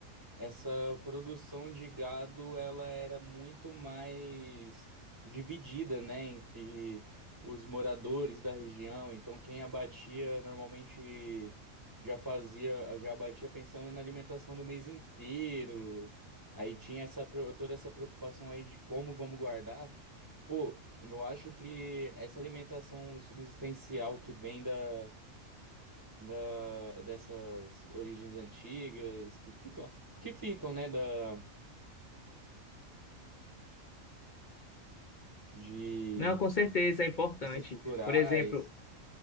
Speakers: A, on the right (about 15°); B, on the left (about 45°).
A: Essa produção de gado, ela era muito mais dividida, né, entre os moradores da região. Então, quem abatia normalmente já fazia, já abatia pensando na alimentação do mês inteiro. Aí tinha essa, pro- toda essa preocupação aí de como vamos guardar. Pô, eu acho que essa alimentação subsistencial que vem da da, dessas origens antigas que ficam, que ficam, né, da, de
B: Não, com certeza é importante.
A: essas culturais.
B: Por exemplo,